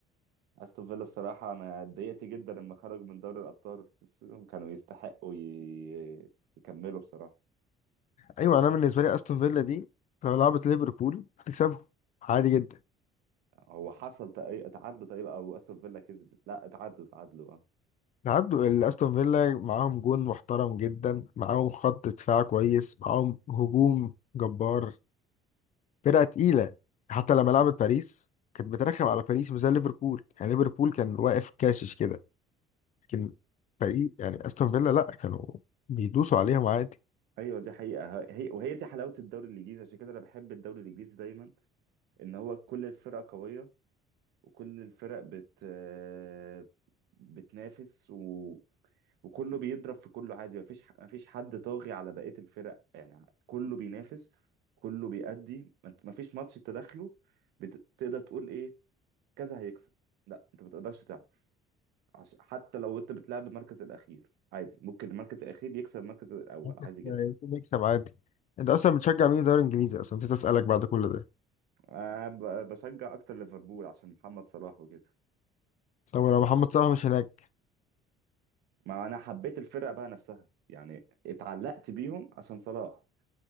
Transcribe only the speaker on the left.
ايوه انا بالنسبة لي استون فيلا دي لو لعبت ليفربول هتكسبهم عادي جدا
عدوا الاستون فيلا معاهم جون محترم جدا معاهم خط دفاع كويس معاهم هجوم جبار فرقة تقيلة حتى لما لعبت باريس كانت بترخم على باريس مش زي ليفربول يعني ليفربول كان واقف كاشش كده لكن باريس يعني استون فيلا لا كانوا بيدوسوا عليهم عادي
ممكن
يمكن نكسب عادي انت اصلا بتشجع مين في الدوري الانجليزي اصلا نسيت اسالك بعد كل ده
طب لو محمد صلاح مش هناك